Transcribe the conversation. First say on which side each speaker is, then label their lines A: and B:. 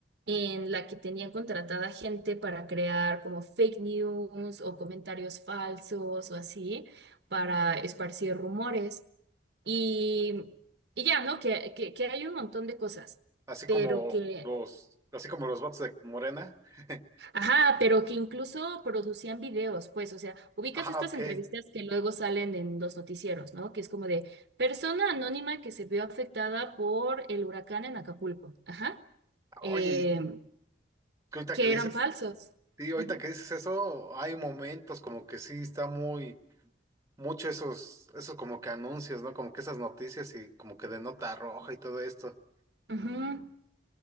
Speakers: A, on the right; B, on the right.
A: en la que tenían contratada gente para crear como fake news o comentarios falsos o así para esparcir rumores. Y, y ya, ¿no? Que, que, que hay un montón de cosas,
B: Así
A: pero
B: como
A: que,
B: los, así como los bots de Morena. <laughs>
A: ajá, pero que incluso producían videos, pues, o sea, ubicas
B: Ah,
A: estas
B: ok.
A: entrevistas que luego salen en los noticieros, ¿no? Que es como de persona anónima que se vio afectada por el huracán en Acapulco. Ajá. eh,
B: Oye, que ahorita
A: que
B: que dices,
A: eran falsos.
B: sí, ahorita
A: Ujú,
B: que dices eso, hay momentos como que sí está muy mucho esos, esos como que anuncios, ¿no? Como que esas noticias y como que de nota roja y todo esto.
A: ujú.